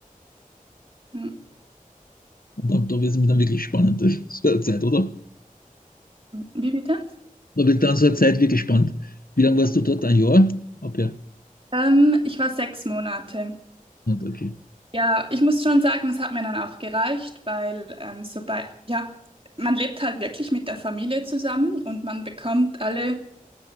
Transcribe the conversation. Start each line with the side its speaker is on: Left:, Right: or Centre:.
Right: Hm,
Left: Und dann, da wird es mir dann wirklich spannend, <laughs> so eine Zeit, oder?
Right: Wie bitte?
Left: Da wird dann so eine Zeit wirklich spannend. Wie lange warst du dort? Ein Jahr? Ab ja.
Right: Ähm, ich war sechs Monate.
Left: Okay.
Right: Ja, ich muss schon sagen, es hat mir dann auch gereicht, weil ähm, so bei, ja, man lebt halt wirklich mit der Familie zusammen und man bekommt alle,